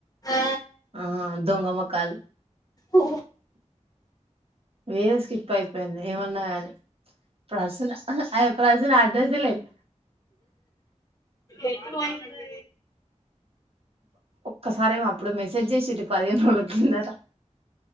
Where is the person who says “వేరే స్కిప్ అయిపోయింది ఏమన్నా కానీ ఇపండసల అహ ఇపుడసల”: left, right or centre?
Right